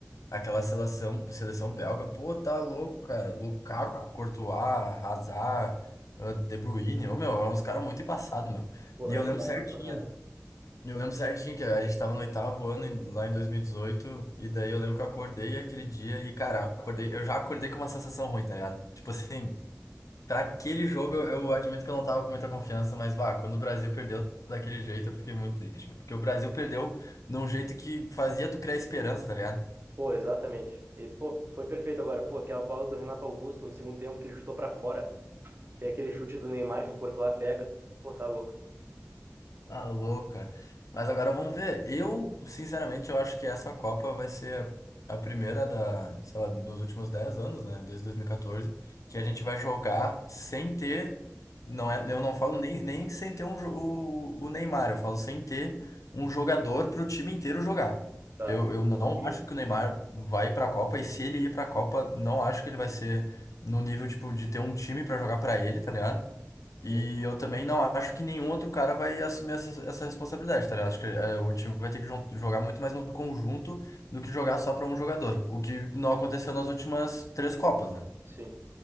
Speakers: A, on the left; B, on the right.
A: Aquela seleção, seleção belga, pô, tá louco, cara. Lukaku, Courtois, Hazard, ah, De Bruyne, ô, meu, eram uns caras muito embaçados, meu.
B: Pô,
A: E
B: era
A: eu lembro
B: embaçado
A: certinho,
B: pra caralho.
A: eu lembro certinho que a gente tava no oitavo ano, em- lá em 2018, e dezoito, e daí eu lembro que eu acordei aquele dia e, cara, acordei, eu já acordei com uma sensação ruim, tá ligado? Tipo assim, pra aquele jogo eu, eu admito que eu não tava com muita confiança, mas, bah, quando o Brasil perdeu daquele jeito, eu fiquei muito triste, meu, porque o Brasil perdeu num jeito que fazia tu criar esperança, tá ligado?
B: Pô, exatamente. E, pô, foi perfeito agora. Pô, aquela bola do Renato Augusto no segundo tempo que ele chutou pra fora. Tem aquele chute do Neymar que o Courtois pega. Pô, tá louco, meu.
A: Tá louco, cara. Mas agora vamos ver. Eu, sinceramente, eu acho que essa Copa vai ser a primeira da, sei lá, nos últimos 10 anos, né? Desde 2014, que a gente vai jogar sem ter. Não é, eu não falo nem, nem sem ter um, jo- o, o Neymar, eu falo sem ter um jogador para o time inteiro jogar.
B: Tá.
A: Porque Eu, eu não
B: Peguei.
A: acho que o Neymar vai para a Copa, e se ele ir para a Copa, não acho que ele vai ser no nível, tipo, de ter um time para jogar para ele, tá ligado?
B: Sim,
A: E eu também não acho que nenhum outro cara vai assumir essa, essa responsabilidade, tá ligado? Acho que é, o time vai ter que jo- jogar muito mais no conjunto do que jogar só pra um jogador. O que não aconteceu nas últimas três Copas, né?
B: sim.